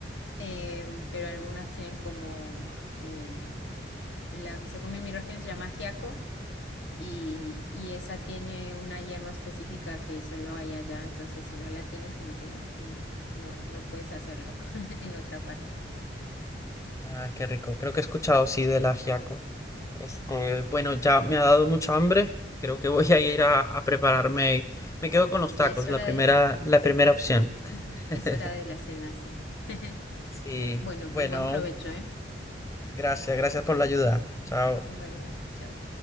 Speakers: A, on the left; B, on the left.
A: em, pero algunas tienen como, ah, eh, la que se come en mi región se llama ajiaco y, y esa tiene una hierba específica que solo hay allá, entonces si no la tienes como que no, mm, no, no puedes hacerlo <laughs> en otra parte.
B: Ah, qué rico. Creo que he escuchado, sí, del ajiaco. Este, bueno, ya me ha dado mucha hambre. Creo que voy a ir a, a prepararme. Me quedo con los
A: Sí,
B: tacos,
A: es
B: la
A: hora
B: primera,
A: de,
B: la primera opción.
A: <laughs> es
B: <laughs>
A: hora de la cena, sí. <laughs>
B: Sí,
A: Bueno,
B: bueno,
A: pues buen provecho, ¿eh?
B: gracias, gracias por la ayuda. Chao.
A: Bueno, chao.